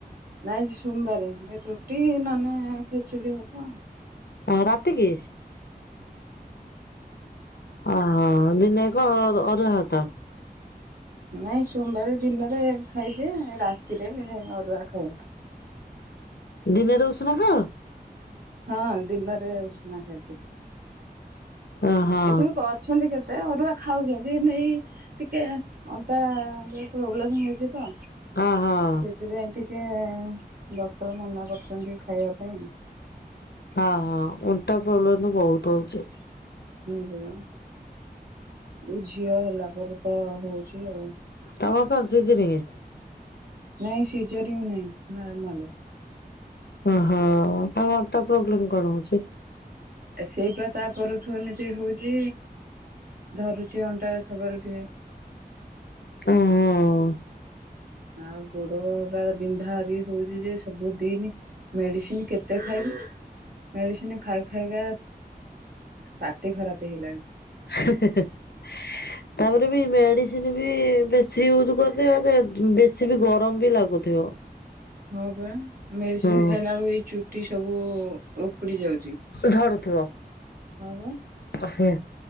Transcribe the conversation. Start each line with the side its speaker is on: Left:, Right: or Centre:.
Right: ନାଇଁ ଆଜି ସୋମବାରେ ଏ ରୁଟି ନହେଲେ ଖେଚୁଡି ହବ ଆଉ।
Left: ଅ ରାତି କି। ଆଁ ଦି <unintelligible> ଅରୁଆ ଭାତ।
Right: ନାଇଁ ସୋମବାର ଦିନରେ ଖାଇଦିଏ ରାତିରେ ଅରୁଆ ଖାଏ।
Left: ଦିନରେ ଉଷୁନା ଖାଅ।
Right: ହଁ ଦିନରେ ଉଷୁନା ଖାଇଦିଏ।
Left: ଓହୋ
Right: ଏଠି ବି ଅଛନ୍ତି କେତେ ତେ ଅରୁଆ ଖାଉଛନ୍ତି ।ନେଇ ଟିକେ ଅଣ୍ଟା ପ୍ରୋବ୍ଲେମ ହଉଛି ତ
Left: ଓହୋ
Right: ସେଥିପାଇଁ ଟି ଟିକେ ଡକ୍ଟର ମନା କରୁଛନ୍ତି ଖାଇବା ପାଇଁ।
Left: ହଁ ହଁ ଅଣ୍ଟା ପ୍ରୋବ୍ଲେମ ତ ବହୁତ ହଉଛି।
Right: ଉଁ ହୁଁ। ଏଇ ଝିଅ ହେଲା ପରେ ତ ହଉଛି ଆଉ
Left: ତମ କଣ ସିଯିରିଙ୍ଗି?
Right: ନାଇଁ ସିଯରିଙ୍ଗ ନାହିଁ ନର୍ମାଲ।
Left: ଓହୋ ଆଉ ଅଣ୍ଟା ପ୍ରୋବ୍ଲେମ କଣ ହଉଛି?
Right: ସେଇ ପା ତାପର ଠୁ ଏମିତି ହଉଛି। ଧରୁଛି ଅଣ୍ଟା। <unintelligible>
Left: ଓ ହଁ।
Right: ଆଉ ଗୋଡ ପା ବିନ୍ଧା ବି ହଉଛି ଯେ ସବୁ ଦିନି ମେଡିସିନ କେତେ ଖାଇବି। ମେଡ଼ିସିନ ଖାଇ ଖାଇକା ପାଟି ଖରାପ ହେଇଲାଣି।
Left: <unintelligible> ତାପରେ ବି ମେଡିସିନ ବି ବେଶୀ ୟୁଜ୍ କରିଦ ଯେ ବେ ସେ ବି ଗରମ ବି ଲାଗୁଥିବ।
Right: ହଁ ପରା ମେଡିସିନ
Left: ହୁଁ
Right: ଖାଇଲ ହେଇୁ ଚୁଟି ସବୁ ଉପୁଡି ଯାଉଚି
Left: ଝଡୁଥିବ।
Right: ହଁ ପା।
Left: ହଁ